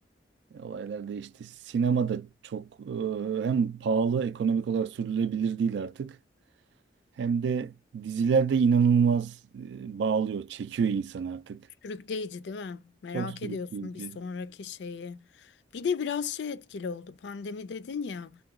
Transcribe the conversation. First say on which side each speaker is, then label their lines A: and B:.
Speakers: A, on the right (about 70°); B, on the left (about 70°).
A: Olaylar değişti. Sinema da çok eee, hem pahalı ekonomik olarak sürdürülebilir değil artık. Hem de dizilerde inanılmaz eee, bağlıyor, çekiyor insan artık.
B: Sürükleyici değil mi? Merak
A: Çok sürükleyici.
B: ediyorsun bir sonraki şeyi. Bir de biraz şey etkili oldu. Pandemi dedin ya.